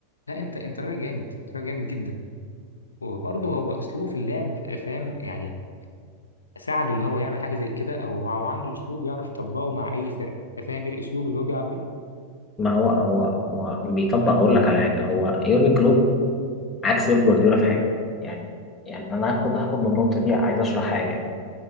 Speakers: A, on the left; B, on the left.
A: لا أنت أنت راجل جامد أنت راجل جامد جدا وبرضه هو أسلوبه في اللعب فاهم يعني ساعده إن هو يعمل حاجة زي كده أو هو عنده أسلوب يعرف يطبقه مع أي فرقة فاهم إيه الأسلوب اللي هو بيلعب بيه؟
B: ما هو هو هو بيطبق هقول لك على حاجة هو يورجن كلوب عكس بيب جوارديولا في حاجة يعني يعني أنا هاخد هاخد من النقطة دي عايز أشرح حاجة